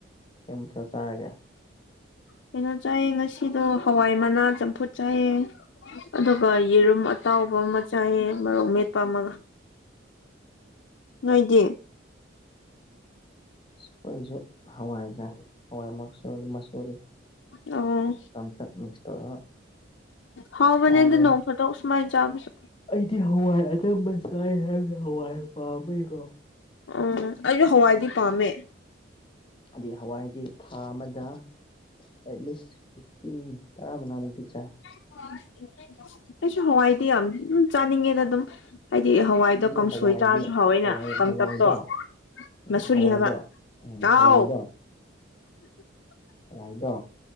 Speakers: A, on the left (about 25°); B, on the left (about 70°).
A: ꯀꯩꯝꯇ ꯇ ꯍꯥꯏꯑꯒꯦ
B: ꯀꯩꯅꯣ ꯆꯥꯏꯌꯦ ꯉꯁꯤꯗꯣ ꯍꯋꯥꯏ ꯃꯅꯥ ꯆꯝꯐꯨꯠ ꯆꯥꯏꯌꯦ ꯑꯗꯨꯒ ꯌꯦꯔꯨꯝ ꯑꯇꯥꯎꯕ ꯑꯃ ꯆꯥꯏꯌꯦ ꯃꯔꯧ ꯃꯦꯠꯄ ꯑꯃꯒ
A: <inaudible>
B: ꯅꯣꯏꯗꯤ
A: ꯑꯩꯈꯣꯏꯁꯨ ꯍꯋꯥꯏ ꯆꯥꯏ꯫ ꯍꯋꯥꯏ ꯃꯥꯛꯁ ꯃꯁꯣꯔꯤ
B: ꯑꯣ
A: ꯇꯪꯇꯛ ꯃꯤꯛꯁ ꯇꯧꯔꯒ
B: ꯍꯥꯎꯕꯅꯦ
A: ꯆꯥꯔꯦ
B: ꯍꯗ ꯅꯣꯡ ꯐꯗꯣꯛ ꯁꯨꯃꯥꯏꯅ ꯆꯥꯕꯁꯨ꯫
A: ꯑꯩꯗꯤ ꯍꯋꯥꯏ ꯑꯆꯝꯕ ꯆꯥꯏ ꯍꯥꯏꯕꯗ ꯍꯋꯥꯏ ꯄꯥꯝꯃꯦꯀꯣ꯫
B: ꯎꯝ ꯑꯩꯁꯨ ꯍꯋꯥꯏꯗꯤ ꯄꯥꯝꯃꯦ꯫
A: ꯑꯗꯩ ꯍꯋꯥꯏꯗꯤ ꯊꯥ ꯑꯃꯗ ꯑꯦꯠꯂꯤꯁ ꯐꯤꯐꯇꯤꯟ ꯇꯔꯥ ꯃꯉꯥꯃꯨꯛꯇꯤ ꯆꯥꯏ꯫
B: ꯍꯣꯏ ꯀꯩꯁꯨ ꯍꯋꯥꯏꯗꯤ ꯌꯥꯝ ꯆꯥꯅꯤꯡꯉꯦꯗ ꯑꯗꯨꯝ ꯍꯥꯏꯗꯤ ꯍꯋꯥꯏꯗꯣ
A: ꯑꯩꯗꯤ
B: ꯀꯥꯡꯁꯣꯏ
A: ꯍꯋꯥꯏꯗꯤ
B: ꯆꯥꯕꯁꯨ ꯍꯥꯎꯋꯦꯅ
A: ꯍꯋꯥꯏ
B: ꯀꯪꯇꯛꯇꯣ꯫
A: ꯍꯋꯥꯏꯗꯣ ꯎꯝ
B: ꯃꯁꯔꯤ
A: ꯍꯋꯥꯏꯗꯣ
B: ꯍꯥꯕ
A: ꯎꯝ
B: ꯑꯥꯎ
A: ꯍꯋꯥꯏꯗꯣ ꯋꯥꯥꯏꯗ